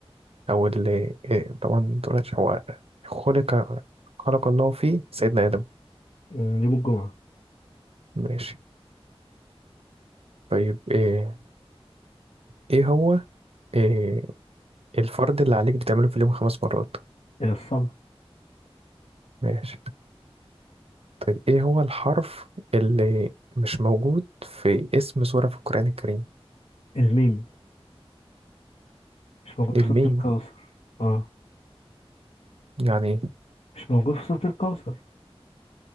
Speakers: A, on the right (about 70°); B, on the left (about 80°).
A: أو اللي إيه طبعا ما اتولدش هو خلق خلق الله فيه سيدنا آدم
B: أمم، يوم الجمعة
A: ماشي طيب إيه إيه هو إيه الفرض اللي عليك بتعمله في اليوم خمس مرات
B: آه، الصلاة
A: ماشي طيب إيه هو الحرف اللي مش موجود في اسم سورة في القرآن الكريم
B: الميم مش موجود
A: الميم
B: في سورة الكوثر اه
A: يعني
B: مش موجود في سورة الكوثر